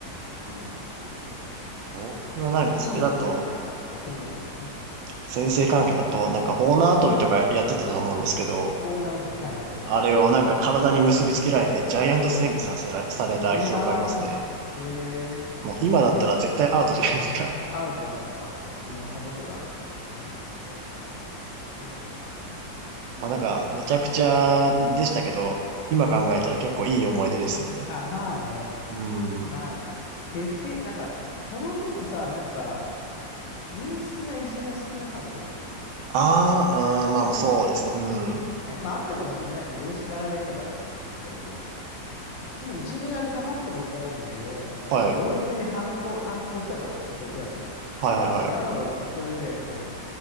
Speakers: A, on the left; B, on the right.
A: うん。ちょっとね、
B: 僕はなんかそれだと、
A: あの、いい思い出っていうか、忘れない思い出。うん。
B: 先生関係だと、なんかオーナー跳びとかやってたと思うんですけど、
A: 大縄跳び、はいはい、やりました、
B: あれをなんか体に結びつけられて、
A: やりました。うん。
B: ジャイアントスイングさせら、された記憶ありますね。
A: いやー、へえ、
B: もう今だったら絶対アウトじゃないですか。
A: そうなんだ。アウト、アウト、アウト。いろんなことがアウト。うん。へえ、そうなんだ。
B: <laughs> まあなんか、
A: なるほど。
B: めちゃくちゃでしたけど、
A: うん。
B: 今考えたら結構いい思い出ですよね。
A: うん。あ、まあね、
B: うん。
A: まあね。でて、なんか、その分さ、なんか、陰湿ないじめは少なかったような気がす
B: ああ、うん、まあまあそうですね。
A: る。うん。
B: うん。
A: ね、まあ、あったかもしれない。俺知らないだけだからかもしれないけど、僕もいじめられかかったことあるんだけど、
B: はい。
A: 猛烈に反論、反抗したからさ、そいつらに。
B: はいはいはい。
A: マジ違うだろうっつって、それでね、うん。